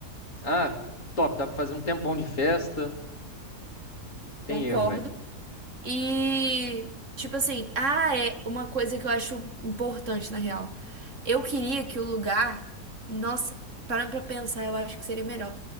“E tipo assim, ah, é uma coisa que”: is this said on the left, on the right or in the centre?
Right